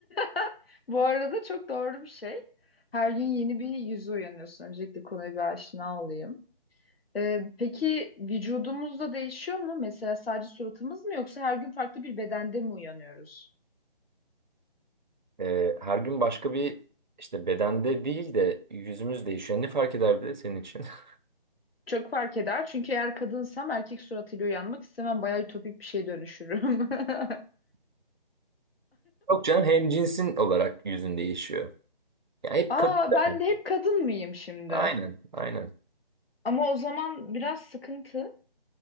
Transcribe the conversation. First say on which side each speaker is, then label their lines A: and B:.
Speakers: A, on the left (about 75°); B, on the right (about 50°).
A: <laughs> bu arada çok doğru bir şey. Her gün yeni bir yüze uyanıyorsun. Öncelikle konuya bir aşina olayım. Ee, peki vücudumuzda değişiyor mu? Mesela sadece suratımız mı yoksa her gün farklı bir bedende mi uyanıyoruz?
B: Ee, her gün başka bir işte bedende değil de yüzümüz değişiyor. Ne fark ederdi senin için? <laughs>
A: Çok fark eder. Çünkü eğer kadınsam erkek suratıyla uyanmak istemem. Bayağı ütopik bir şeye dönüşürüm. <laughs>
B: Yok canım hem cinsin olarak yüzün değişiyor. Yani hep
A: Aa,
B: kadın. devam.
A: ben de hep kadın mıyım şimdi?
B: <laughs> Aynen, aynen.
A: Ama o zaman biraz sıkıntı.